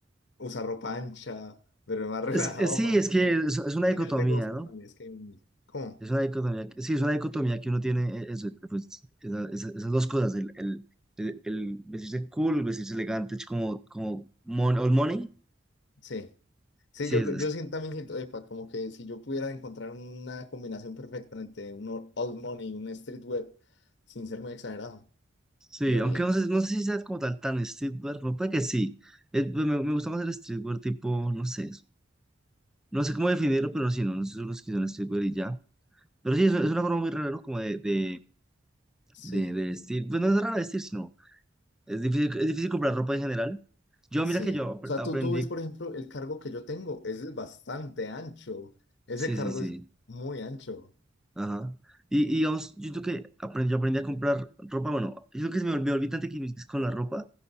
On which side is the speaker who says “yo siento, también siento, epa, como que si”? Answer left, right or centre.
Left